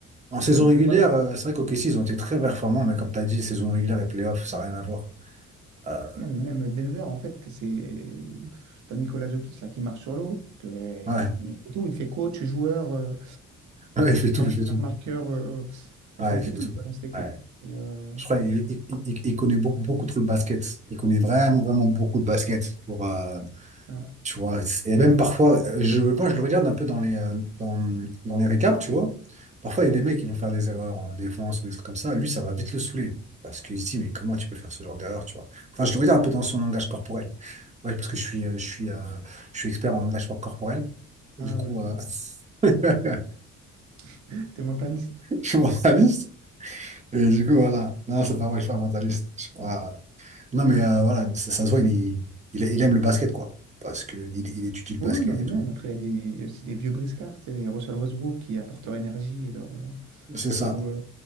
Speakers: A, on the right; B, on the right.
A: en saison
B: Et
A: régulière,
B: puis voilà.
A: euh, c'est vrai qu'OKC, ils ont été très performants, mais comme t'as dit, saison régulière et playoff, ça n'a rien à voir. Euh,
B: Non, mais même Denver, en fait, c'est. T'as Nikola Jokic là qui marche sur l'eau. que-
A: ouais.
B: Il fait tout, il fait coach, joueur, euh,
A: Ouais, il fait tout,
B: passeur,
A: il fait tout.
B: marqueur. euh, Enfin,
A: Ouais,
B: il
A: il
B: fait
A: fait
B: tout
A: tout.
B: quoi, dans cette équipe.
A: Ouais.
B: Et, euh,
A: Je crois qu'il il, il- il connaît beau- beaucoup, trop le basket. Il connaît vraiment, vraiment beaucoup de basket pour, euh,
B: ah,
A: tu vois. Et même parfois, euh, je, moi, je le regarde un peu dans les, euh, dans, dans les récaps, tu vois. Parfois,
B: mm.
A: il y a des mecs qui vont faire des erreurs en défense ou des trucs comme ça. Lui, ça va vite le saouler. Parce qu'il se dit, mais comment tu peux faire ce genre d'erreur, tu vois. Enfin, je le regarde un peu dans son langage corporel. Ouais, parce que je suis, euh, je suis, euh, je suis expert en langage corporel. Du
B: Ah,
A: coup,
B: ouais, ok.
A: euh, <laughs>
B: <laughs> T'es mentaliste.
A: je suis mentaliste. Et du coup, voilà. Non, c'est pas vrai, je suis pas mentaliste. Je suis pas- Non, mais euh, voilà, ça, ça se voit, il, il, il aime le basket, quoi. Parce qu'il il il étudie le
B: Oui,
A: basket
B: non, mais
A: et tout.
B: même, après, il y a des, il y a aussi des vieux briscards, tu sais, les Russell Westbrook qui apportent leur énergie et leur, euh,
A: C'est ça.
B: tout, euh,